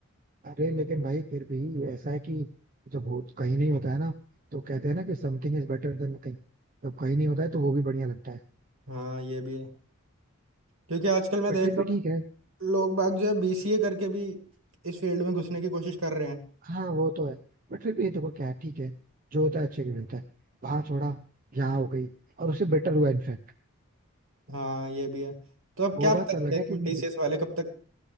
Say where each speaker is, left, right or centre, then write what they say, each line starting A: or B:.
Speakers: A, on the right; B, on the right.
A: अरे लेकिन भाई फिर भी ऐसा है कि जब हो कहीं नहीं होता है ना तो कहते हैं ना कि something is better than nothing जब कहीं नहीं होता है तो वो भी बढ़िया लगता है
B: हाँ ये भी है क्योंकि आजकल मैं
A: बट
B: देख
A: फिर भी
B: रहा
A: ठीक है
B: हूँ लोग बाग जो है बीसीए करके भी इस फील्ड में घुसने की कोशिश कर रहे हैं
A: हाँ वो तो है बट फिर भी ये देखो क्या है ठीक है जो होता है अच्छे के लिए होता है वहां छोड़ा यहाँ हो गई और उससे बेटर हुआ इनफैक्ट
B: हाँ ये भी है तो अब
A: वो
B: क्या
A: बात
B: पता चले
A: अलग है
B: तुम
A: कि मुझे
B: टीसीएस वाले कब तक